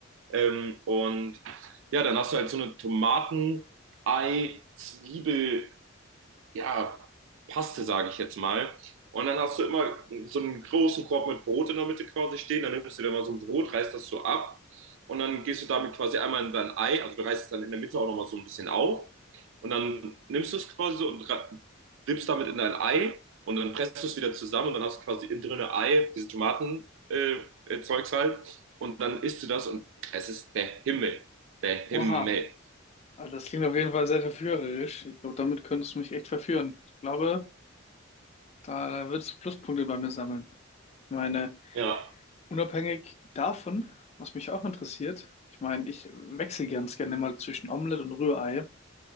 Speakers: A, on the right (about 65°); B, on the left (about 30°).
A: Ähm, und ja, dann hast du halt so eine Tomaten, Ei, Zwiebel, ja, Paste, sage ich jetzt mal. Und dann hast du immer so einen großen Korb mit Brot in der Mitte quasi stehen. Dann nimmst du dir mal so ein Brot, reißt das so ab und dann gehst du damit quasi einmal in dein Ei. Also du reißt es dann in der Mitte auch nochmal so ein bisschen auf. Und dann nimmst du es quasi so und ra- dippst damit in dein Ei und dann presst du es wieder zusammen und dann hast du quasi innen drin Ei, diese Tomaten, äh, äh, Zeugs halt. Und dann isst du das und es ist der Himmel. Der Himmel.
B: Oha. Also das klingt auf jeden Fall sehr verführerisch. Ich glaube, damit könntest du mich echt verführen. Ich glaube, da würdest du Pluspunkte bei mir sammeln. Ich meine,
A: Ja,
B: unabhängig davon, was mich auch interessiert, ich meine, ich wechsle ganz gerne mal zwischen Omelette und Rührei.